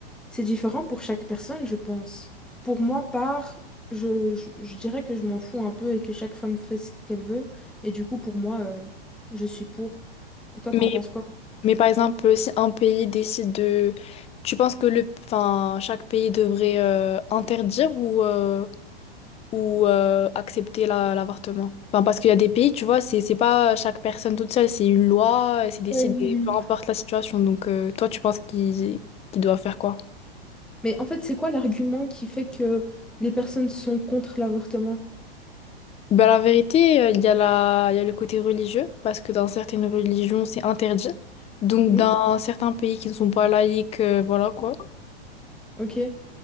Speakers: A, in the centre; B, on the left.
A: c'est différent pour chaque personne, je pense. Pour moi, part, je, je, je dirais que je m'en fous un peu et que chaque femme fait ce qu'elle veut, et du coup, pour moi, euh, je suis pour. Et toi,
B: Mais
A: t'en penses quoi?
B: Mais par exemple, euh, si un pays décide de... Tu penses que le... enfin, chaque pays devrait euh, interdire ou, euh, ou euh, accepter la- l'avortement? Enfin, parce qu'il y a des pays, tu vois, c'est c'est pas chaque personne toute seule, c'est une loi, c'est décidé,
A: Oui, oui,
B: peu importe
A: oui.
B: la situation. Donc, euh, toi, tu penses qu'ils qu'ils doivent faire quoi?
A: Mais en fait, c'est quoi l'argument qui fait que les personnes sont contre l'avortement?
B: Ben, la vérité, euh, il y a la... il y a le côté religieux, parce que dans certaines religions, c'est interdit. Donc,
A: Oui?
B: dans certains pays qui ne sont pas laïques, euh, voilà quoi.
A: Ok.